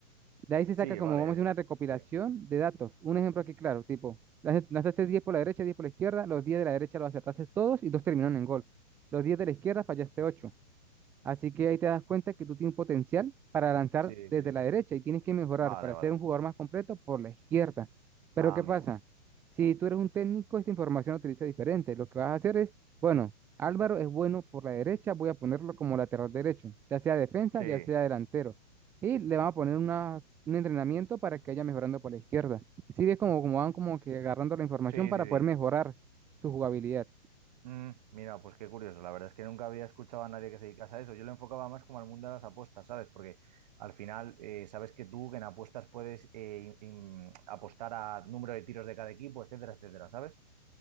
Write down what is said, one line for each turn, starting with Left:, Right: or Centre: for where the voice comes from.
Centre: De ahí se saca
Right: sí,
Centre: como,
Right: vale,
Centre: vamos a decir, una recopilación
Right: sí,
Centre: de datos. Un ejemplo aquí claro, tipo, lanzaste 10 por la derecha, 10 por la izquierda, los 10 de la derecha los acertaste todos y dos terminaron en gol. Los 10 de la izquierda fallaste ocho Así que ahí te das cuenta que tú tienes potencial para lanzar
Right: sí,
Centre: desde
Right: sí, sí,
Centre: la derecha y tienes que mejorar
Right: vale,
Centre: para
Right: vale,
Centre: ser un jugador más completo por la izquierda. Pero
Right: ah,
Centre: ¿qué
Right: amigo,
Centre: pasa? Si tú eres un técnico, esta información la utiliza diferente. Lo que vas a hacer es, bueno, Álvaro es bueno por la derecha, voy a ponerlo como lateral derecho, ya sea defensa,
Right: sí,
Centre: ya sea delantero. Y le vamos a poner una, un entrenamiento para que vaya mejorando por la izquierda. Sí, ves como, como van como que agarrando la información
Right: sí,
Centre: para
Right: sí,
Centre: poder
Right: sí.
Centre: mejorar su jugabilidad.
Right: Mm, mira, pues qué curioso, la verdad es que nunca había escuchado a nadie que se dedicase a eso, yo lo enfocaba más como al mundo de las apuestas, ¿sabes? Porque al final, eh, sabes que tú en apuestas puedes eh, in- in- apostar a número de tiros de cada equipo, etcétera, etcétera, ¿sabes?